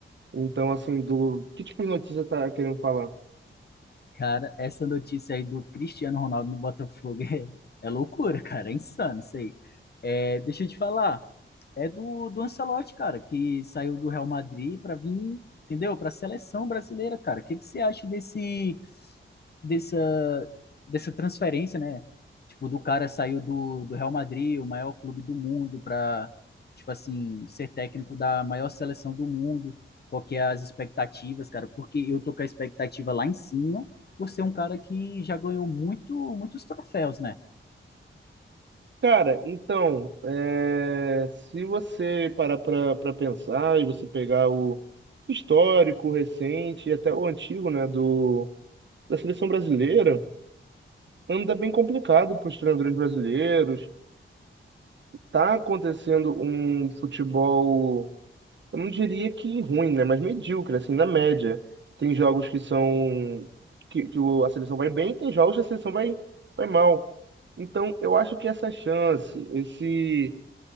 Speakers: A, on the right; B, on the left.
A: Então, assim, do que tipo de notícia você tá querendo falar?
B: Cara, essa notícia aí do Cristiano Ronaldo no Botafogo <laughs> é, é loucura, cara. É insano isso aí. É, deixa eu te falar. É do, do Ancelotti, cara, que saiu do Real Madrid pra vir, entendeu? Pra seleção brasileira, cara. O que que você acha desse dessa, dessa transferência, né? Tipo, do cara saiu do, do Real Madrid, o maior clube do mundo, para, tipo assim, ser técnico da maior seleção do mundo. Qual que é as expectativas, cara? Porque eu tô com a expectativa lá em cima, por ser um cara que já ganhou muito, muitos troféus, né?
A: Cara, então, é, se você parar pra, pra pensar e você pegar o histórico, o recente e até o antigo, né, do, da seleção brasileira, anda bem complicado para os treinadores brasileiros. tá acontecendo um futebol, eu não diria que ruim, né? Mas medíocre, assim, na média. Tem jogos que são que, que o- a seleção vai bem, tem jogos que a seleção vai, vai mal. Então, eu acho que essa chance, esse,